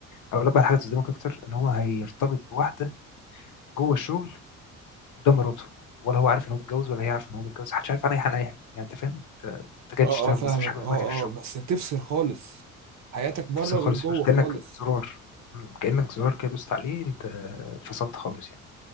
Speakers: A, on the left; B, on the right.
A: اقول لك بقى حاجه تصدمك اكتر ان هو هيرتبط بواحده جوه الشغل قدام مراته ولا هو عارف ان هو متجوز ولا هي عارفه ان هو متجوز محدش عارف انا ايه انا ايه يعني انت فاهم انت انت جاي
B: اه
A: تشتغل
B: اه فاهمك
A: بس مفيش حاجه في
B: اه
A: دماغك غير الشغل
B: اه بس بتفصل خالص حياتك بره
A: تفصل خالص
B: غير جوه
A: مش كانك
B: خالص
A: زرار مم. كانك زرار كده دوست عليه انت فصلت خالص يعني